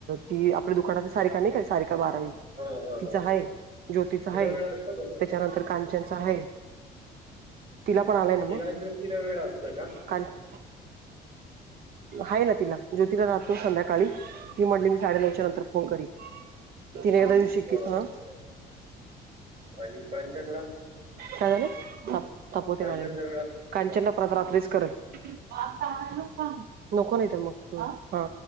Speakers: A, on the right; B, on the right.
A: ती आपल्या दुकानात सारिका नाही काय, सारिका बारावीऽ
B: हा, हा,
A: तिचा
B: हा,
A: हाय,
B: हा.
A: ज्योतीच हाय,
B: तिला वेळ असतो का पण
A: त्याच्यानंतर कांचनचा हाय. तिला पण आलाय ना मग,
B: तिला आणि ज्योतीला वेळ असतो का
A: काणऽ आहे ना तिला, ज्योतीला राहतो संध्याकाळी, ती म्हटली मी साडेनऊच्या
B: हा,
A: नंतर फोन करीनऽ तिने एकदासऽ
B: हा,
A: काय
B: हा. आणि कांचनला
A: झालंय? तपवते
B: कांचनला
A: नाला एक,
B: वेळ असतो
A: कांचन ना प्रत रात्रीच करलऽ सांग मग नको नाही तर मग हा